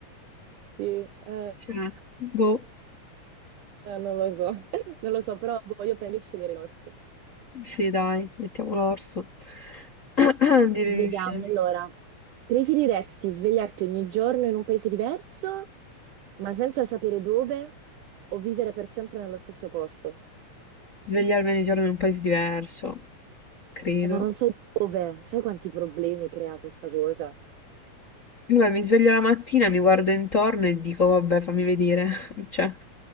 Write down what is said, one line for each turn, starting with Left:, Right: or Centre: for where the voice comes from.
Right: Sì, eh,
Left: Cioè, boh,
Right: eh, non lo so, <laughs> non lo so, però boh, io penso di scegliere l'orso.
Left: sì, dai, mettiamo l'orso. <coughs> <clears throat> Direi
Right: Vediamo
Left: di sì.
Right: allora. Preferiresti svegliarti ogni giorno in un paese diverso, ma senza sapere dove, o vivere per sempre nello stesso posto?
Left: Svegliarmi ogni giorno in un paese diverso, credo.
Right: Eh, ma non sai dove, sai quanti problemi crea questa cosa?
Left: Vabbè, mi sveglio la mattina, mi guardo intorno e dico, vabbè, fammi vedere. <laughs> Cioè,